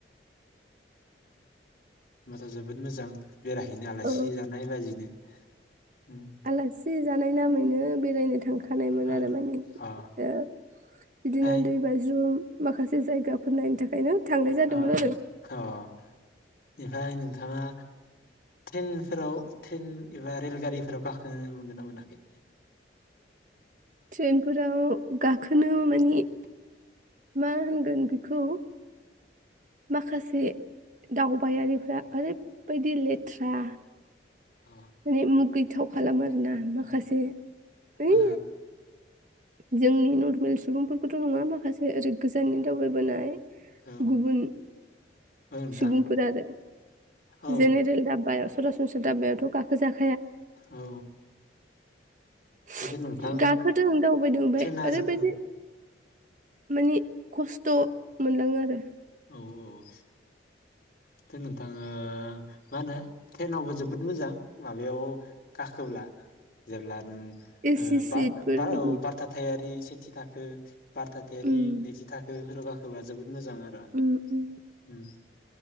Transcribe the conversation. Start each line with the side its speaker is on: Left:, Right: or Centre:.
Left: माथो जोबोद मोजां बेरायहैनो आलासि
Right: औ
Left: जानाय बाजैनो ओम
Right: आलासि जानाय नामैनो बेरायनो थांखा खानायमोन
Left: आ
Right: आरो माने
Left: अ
Right: ओ बिदिनो
Left: ओमफ्राय
Right: दै बाज्रुम माखासे जायगाफोर नायनो थाखायनो थांनाय जादोंमोन
Left: आ
Right: आरो
Left: अ ओमफ्राय नोंथाङा ट्रेनफोराव ट्रेन एबा रेलगारिफोराव गाखोनो मोनगोन ना मोनाखै?
Right: ट्रेनफोराव गाखोनो मानि मा होनगोन बेखौ माखासे दावबायारिफ्रा ओरैबायदि लेथ्रा
Left: अ
Right: माने मुगैथाव खालामो आरो ना माखासे
Left: अ,
Right: ओइ
Left: अ,
Right: जोंनि नर्मेल सुबुंफोरखौथ' नङा माखासे ओरै गोजाननि दावबायबोनाय
Left: औ
Right: गुबुन
Left: औ नोंथां
Right: सुबुंफोर आरो
Left: औ
Right: जेनेरेल दाब्याव सरास'नस्रा दस्रा दाब्बायावथ' गाखो <unintelligible>
Left: औ
Right: <inaudible>
Left: खिन्थु नोंथां
Right: गाखोदों दावबायदों ओमफ्राय
Left: ट्रेना
Right: ओरैबायदि
Left: जो-
Right: माने खस्थ' मोनलाङो आरो
Left: औ औ दा नोंथाङा मा होनो ट्रेनावबो जोबोद मोजां माबायाव गाखोब्ला जेब्ला नों
Right: एसि
Left: <unintelligible>
Right: सिटफोर बिदि
Left: सेथि थाखो बारथायारि
Right: उम
Left: नैथि थाखो फोराव गाखोबा जोबोद मोजां आरो
Right: उम उम
Left: उम।